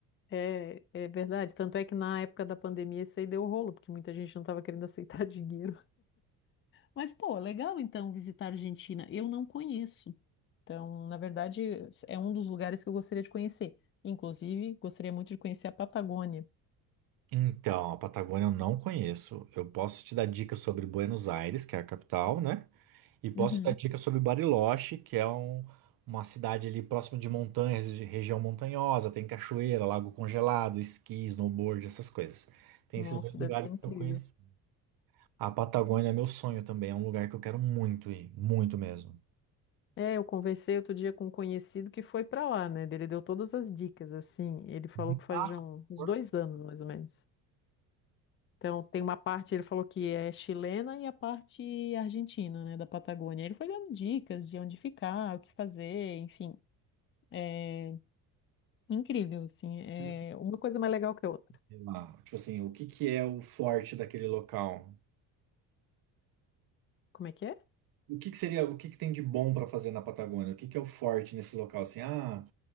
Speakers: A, on the left; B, on the right.
A: É, é verdade. Tanto é que na época da pandemia isso aí deu rolo, porque muita gente não estava querendo aceitar <laughs> dinheiro. Mas, pô, legal então visitar a Argentina. Eu não conheço. Então, na verdade, é um dos lugares que eu gostaria de conhecer. Inclusive, gostaria muito de conhecer a Patagônia.
B: Então, a Patagônia eu não conheço. Eu posso te dar dicas sobre Buenos Aires, que é a capital, né? E posso
A: Uhum.
B: te dar dicas sobre Bariloche, que é um- uma cidade ali próximo de montanhas, de região montanhosa, tem cachoeira, lago congelado, esqui, snowboard, essas coisas. Tem
A: Nossa,
B: esses dois lugares
A: deve ser incrível.
B: que eu conheci. A Patagônia é meu sonho também, é um lugar que eu quero muito ir, muito mesmo.
A: É, eu conversei outro dia com um conhecido que foi para lá, né? Ele deu todas as dicas, assim. Ele falou
B: Me
A: que faz
B: passa,
A: já um- uns
B: por
A: dois anos, mais ou menos. Então, tem uma parte, ele falou que é chilena e a parte argentina, né, da Patagônia. Ele foi dando dicas de onde ficar, o que fazer, enfim. É incrível, assim. É
B: favor,
A: uma coisa mais legal que a outra.
B: sei lá, tipo assim, o que que é o forte daquele local?
A: Como é que é?
B: O que que seria, o que que tem de bom para fazer na Patagônia? O que que é o forte nesse local? Assim, ah,